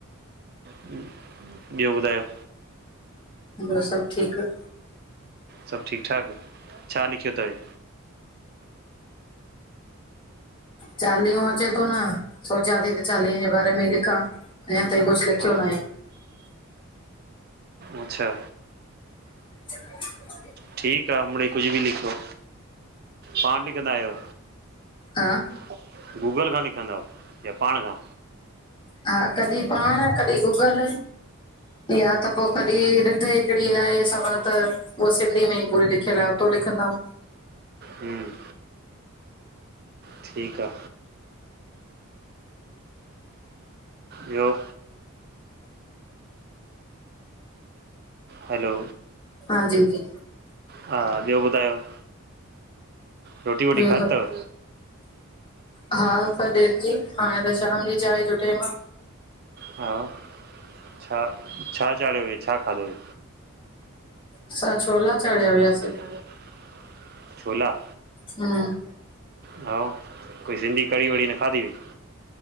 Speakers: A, on the right; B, on the left.
A: ह ॿियो ॿुधायो?
B: ॿियो सभु ठीकु।
A: सभु ठीकु ठाक, छा लिखियो तवे?
B: चालीहो अचे थो न, सोचां थी त चालीहे जे बारे में ई लिखां। अञा ताईं कुछ लिखयो
A: हा
B: नाये।
A: अच्छा
B: <inaudible>
A: ठीक आ मिढ़ई कुछ बि लिखो। पाण बि कंदा आहियो।
B: हा,
A: <unintelligible> ऐ गूगल खां लिखंदव या पाण खां।
B: हा कॾि पाण कॾि गूगल। या त पो कॾि रिध हिकड़ी आहे सवां त। उअ सिंधीअ में ई पूरी लिखियल आ, उतो लिखंदायूं।
A: हम ठीक आ। ॿियो। हैलो
B: हां जी -जी।
A: हा ॿियो ॿुधायो रोटी- वोटी
B: ॿियो
A: खाध
B: त
A: तव।
B: हा पॾे थी, हाणे त शाम जी चाइ जो टेम आ।
A: हा छा, छा चाढ़ियो हुय छा खाधो हुय।
B: असां छोला चाढ़िया हुयासे।
A: <unintelligible> छोला
B: हम।
A: हाओ, कोई सिंधी कढ़ी वढ़ी न खाधी तई।